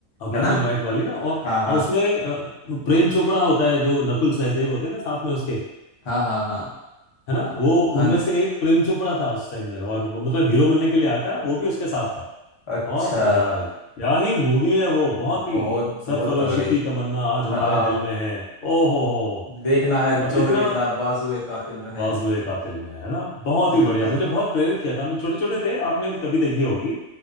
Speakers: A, on the left; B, on the left.
A: ब्लैक
B: है ना
A: एंड व्हाइट वाली ना और हाँ,
B: हाँ हाँ
A: उसमें अ, प्रेम चोपड़ा होता है जो नकुल सहदेव होते हैं ना साथ में उसके
B: हाँ हाँ हाँ
A: है ना वो
B: हाँ
A: उनमें से एक प्रेम चोपड़ा था उस टाइम में और वो मतलब हीरो बनने के लिए आया था वो भी उसके साथ था
B: अच्छा
A: और आ, क्या ही मूवी है वो बहुत ही
B: बहुत बहुत
A: सरफरोशी
B: तगड़ी
A: की तमन्ना आज हमारे
B: ना आ,
A: दिल में है ओ हो हो
B: देखना है
A: ब-
B: जोर
A: इतना
B: कितना बाजुए कातिल में है
A: बाजुए कातिल में है ना बहुत ही
B: बिल्कुल
A: बढ़िया मुझे बहुत प्रेरित किया था हम लोग छोटे छोटे थे आपने भी तभी देखी होगी